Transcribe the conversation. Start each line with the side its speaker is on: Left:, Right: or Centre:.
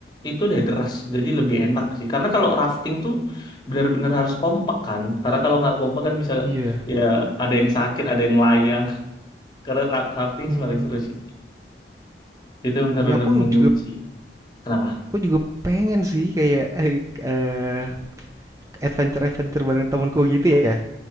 Left: itu deh deras jadi lebih enak sih karena kalau rafting tuh benar-benar harus kompak kan karena kalau nggak kompak kan bisa
Right: Iya.
Left: ya ada yang sakit ada yang melayang <laughs> karena ra- rafting
Right: Hmm,
Left: sih paling seru sih itu benar-benar
Right: ya aku
Left: menguji
Right: juga
Left: kenapa
Right: aku juga pengen sih kayak eh, eh, adventure-adventure bareng temanku gitu ya.